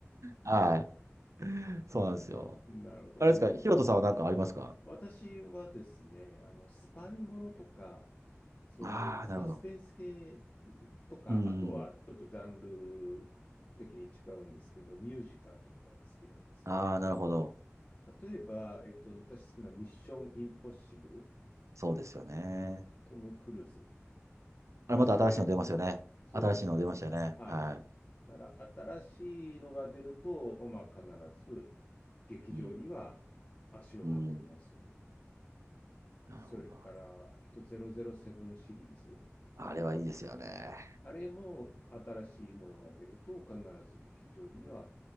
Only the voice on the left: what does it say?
なるほどね。
私はですね、あの、スパイものとか、そういうサスペンス系
とか、
あとはちょっとジャンル的に違うんですけど、ミュージカルとかが好きなんですよね。
例えば、えっと、私好きなミッションインポッシブル、
トム・クルーズ
が主演。
そうですね。
はい。
だから新しいのが出ると、まあ、必ず劇場には足を運びますよね。
それから、えっと、007シリーズ。
あれも新しいものが出ると必ず劇場には